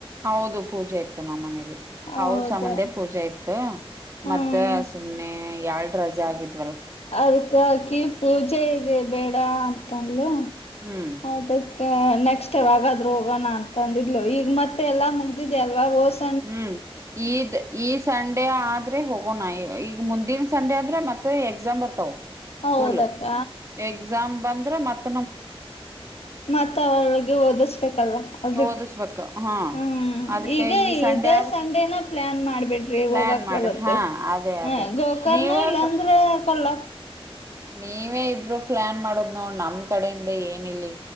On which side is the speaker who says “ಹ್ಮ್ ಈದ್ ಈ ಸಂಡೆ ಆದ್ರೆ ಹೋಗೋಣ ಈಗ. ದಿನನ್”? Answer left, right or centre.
Right